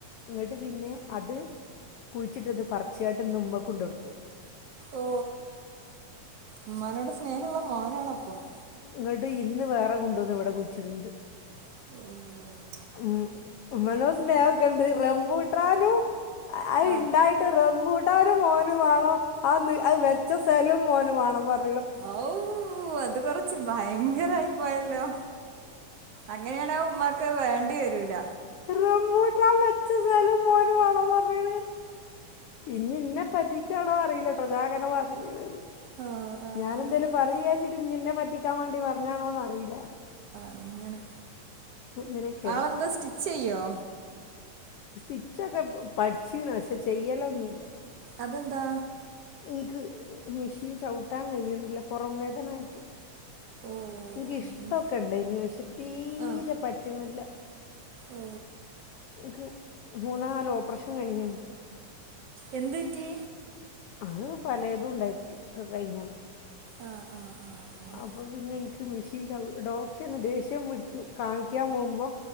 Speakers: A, on the left; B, on the right.
A: ഇങ്ങോട്ട് പിന്നെ അത്- കുഴച്ചിട്ടത് പറച്ചിട്ട്ന്ന് ഉമ്മക്ക് കൊണ്ട കൊടുത്ത്-
B: ഓ ഉമ്മാനോട് സ്നേഹള്ള മോനാണ അപ്പം-
A: ഇങ്ങട്ട് ഇന്ന് വേറെ കൊണ്ടോന്ന് ഇവിടെ കുഴിച്ചിട്ടുണ്ട്-
B: ഉം <unintelligible>
A: ഉം ഉമ്മനോ സ്നേഹ ഒക്കെണ്ട് റമ്പൂട്ടാനും - അത്
B: ആഹ്
A: ഇണ്ടായിട്ട് റമ്പൂ ട്ടാനും മോന് വേണം ആ അത് വെച്ച സലും മോന വേണം പറ
B: ഔ അത് കൊറച്ച് ഭയങ്കര അയിപോയല്ലോ അങ്ങനെയണ ഉമ്മാക്ക് വേണ്ട ണ്ടിവരൂല്ല
A: റംബുട്ടാൻ വെച്ച സ്ഥലം- മോനു വേണമെന്ന് ഇനി എന്നെ പറ്റിക്കാണോ അറിയില്ല- പ്പം ഞാൻ അങ്ങനെ പറഞ്ണ് ന്ന്
B: ആഹ് ആഹ്
A: ഞാൻ എന്തേലും പറയുംന്ന് വിചാരിചി ഞ്ഞ്ന്നെ പറ്റി തെറ്റാൻ വേണ്ടി പറഞ്ഞാണോന്ന അറിയില്ല
B: അങ്ങനെ
A: അങ്ങനെയൊഒക്കെയാണ്
B: ആളെന്താ സ്റ്റിച്ച് ചെയ്യോ
A: സ്റ്റിച്ചൊക്കെ പഠിച്ചീണ് പക്ഷെ ചെയ്യലൊഒന്നുല്ല
B: അതെന്താ
A: എനിക്ക് മെഷീൻ ചവിട്ടാൻ കയ്യിണില്ല പുറം വേദനായിട്ട്
B: ഓ
A: എനക്ക്
B: അങ്ങനെ
A: ഇഷ്ടമൊക്കെ ഇണ്ടെനീ പക്ഷെ തീരെ
B: ആ
A: പറ്റണില്ല
B: ഓ
A: ന്ക്ക് മൂന്ന്, നാല് ഓപറേഷൻ കഴിഞ്ഞ്
B: എന്ത്റ്റി
A: അത് പലെതും ഉണ്ടായിറ്റ് ക്ക കയിഞ്ഞതാ
B: ആ ആ ആ അങ്ങനെ
A: അപ്പൊ പിന്നെ എക്ക് മെഷീൻ ചവി ഡോക്ട് ന്നെ ദേഷ്യം പിടിക്കും കാണിക്കാൻ പോമ്പോ